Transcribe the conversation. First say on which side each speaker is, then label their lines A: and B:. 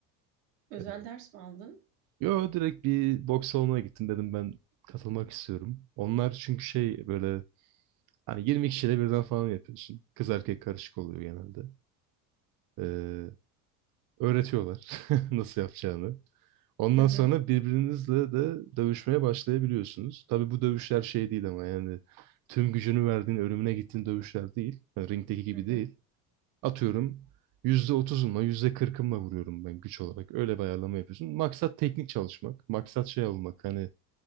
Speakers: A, on the right (about 80°); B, on the right (about 45°).
A: Özel
B: E,
A: ders mi aldın?
B: Yo direkt bir boks salonuna gittim dedim ben katılmak istiyorum. Onlar çünkü şey böyle hani 20 kişiyle birden falan yapıyorsun. Kız erkek karışık oluyor genelde. Ee, öğretiyorlar <laughs> nasıl yapacağını. Ondan
A: Hı hı,
B: sonra birbirinizle de dövüşmeye başlayabiliyorsunuz. Tabii bu dövüşler şey değil ama yani tüm gücünü verdiğin, ölümüne gittiğin dövüşler değil. Yani ringdeki gibi
A: hı hı.
B: değil. Atıyorum yüzde otuzumla yüzde kırkımla vuruyorum ben güç olarak. Öyle bir ayarlama yapıyorsun. Maksat teknik çalışmak. Maksat şey olmak. Hani